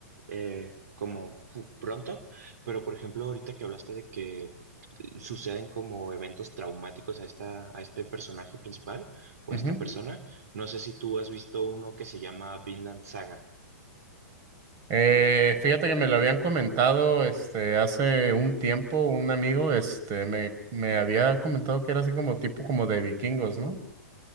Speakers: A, on the right; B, on the right.
A: eh, como fu- pronto, pero por ejemplo, ahorita que hablaste de que suceden como eventos traumáticos a esta, a este personaje principal o
B: ujú.
A: a esta persona, no sé si tú has visto uno que se llama Vinland Saga.
B: Eh, fíjate que me lo habían comentado este hace un tiempo, un amigo, este, me, me había comentado que era así como tipo como de vikingos, ¿no?